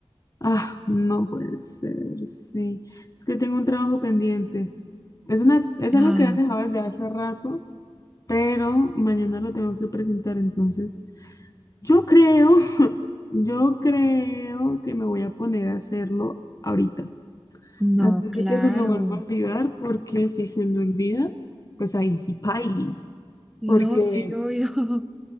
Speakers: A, on the left; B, in the centre.
A: Ah, no puede ser, sí. Es que tengo un trabajo pendiente. Es una, es algo
B: Ah,
A: que han dejado desde hace rato, pero mañana lo tengo que presentar, entonces yo creo, <laughs> yo creo que me voy a poner a hacerlo ahorita,
B: no,
A: antes
B: claro.
A: de que se me vuelva a olvidar, porque si se me olvida, pues ahí sí pailis,
B: No,
A: porque
B: sí, obvio. <laughs>